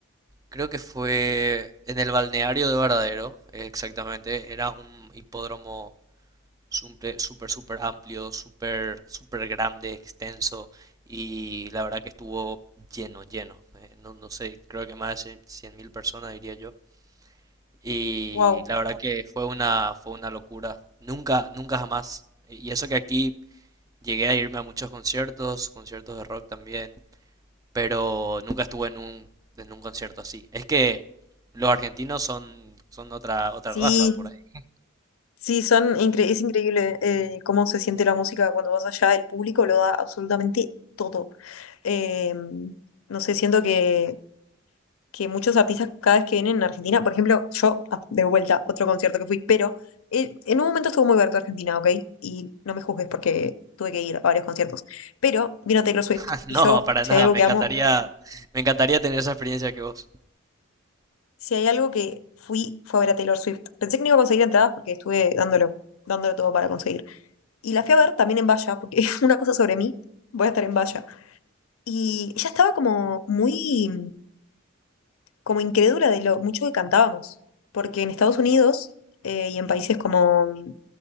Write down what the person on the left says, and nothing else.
Wow,
sí,
sí, son incre- es increíble eh, cómo se siente la música cuando vas allá, el público lo da absolutamente todo. Eh, no sé, siento que, que muchos artistas cada vez que vienen a Argentina, por ejemplo, yo, ah, de vuelta, otro concierto que fui, pero eh, en un momento estuvo muy abierto a Argentina, ¿ok? Y no me juzgues porque tuve que ir a varios conciertos, pero vino Taylor Swift
y
yo,
si
hay algo
que
amo,
si hay algo que fui, fue a ver a Taylor Swift. Pensé que no iba a conseguir entradas porque estuve dándolo, dándolo todo para conseguir Y la fui a ver también en Valla, porque <laughs> es una cosa sobre mí, voy a estar en Valla. Y ella estaba como muy, como incrédula de lo mucho que cantábamos, porque en Estados Unidos eh, y en países como mm,